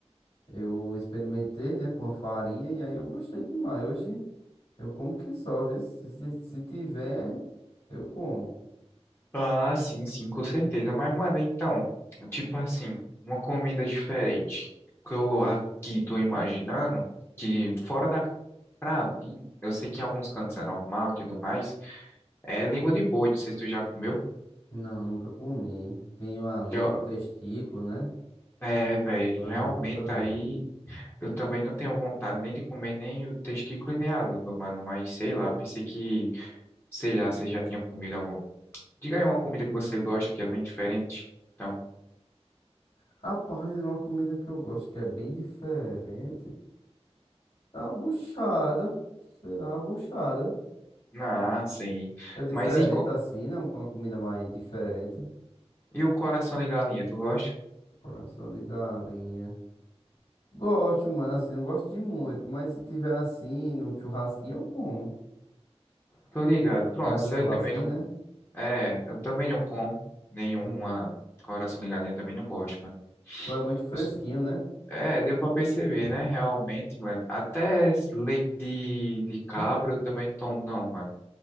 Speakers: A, on the left; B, on the left.
A: Eu experimentei, né, com a farinha e aí eu gostei demais. Hoje eu como que só, viu? Se, se se tiver, eu como.
B: Ah, sim, sim, com certeza. Mas, mano, então, tipo assim, uma comida diferente. O que eu aqui tô imaginando, que fora da. Pra mim, eu sei que em alguns cantos é normal e tudo mais. É língua de boi, não sei se tu já comeu.
A: Não, nunca comi. Tenho a língua,
B: Já-
A: o testículo, né?
B: É, velho,
A: Nunca
B: realmente
A: não, nunca não.
B: aí. Eu também não tenho vontade nem de comer nem o testículo e nem a língua, mano. Mas sei lá, pensei que, sei lá, você já tinha comido alguma. Diga aí uma comida que você gosta que é bem diferente. Então,
A: Rapaz, uma comida que eu gosto que é bem diferente. Tá buchada. Sei lá, a buchada.
B: ah, sim.
A: Que é diferente
B: Mas e, co-
A: assim, né? Uma comida mais diferente.
B: e o coração de galinha, tu gosta?
A: Coração de galinha. Gosto, mano, assim, não gosto de muito, mas se tiver assim, num churrasquinho, eu como.
B: Tô ligado. Pronto,
A: Né? A do
B: você
A: churrasquinho,
B: também não.
A: né?
B: É, eu também não como nenhuma
A: No-
B: coração de galinha, também não gosto, mano.
A: Tu é muito fresquinho,
B: Eu s-
A: né?
B: É, deu pra perceber, né? Realmente, mano. Até leite de, de cabra eu também não tomo, não, mano.